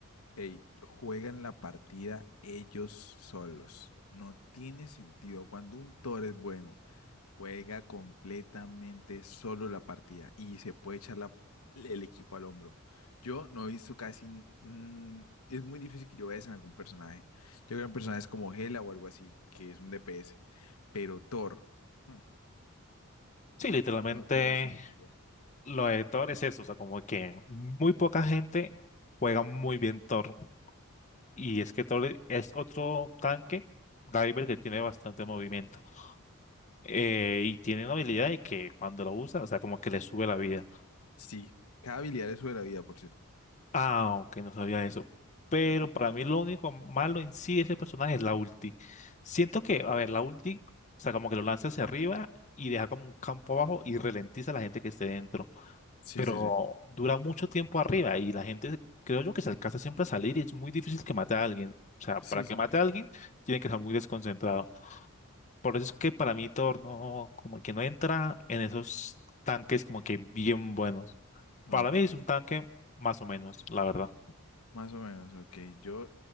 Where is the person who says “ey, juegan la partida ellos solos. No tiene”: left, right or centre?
Left